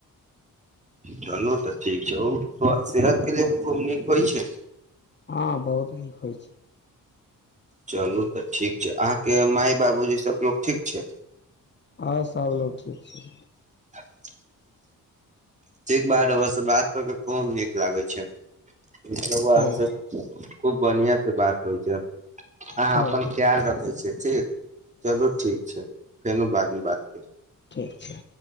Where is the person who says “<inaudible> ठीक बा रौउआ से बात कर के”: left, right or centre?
Right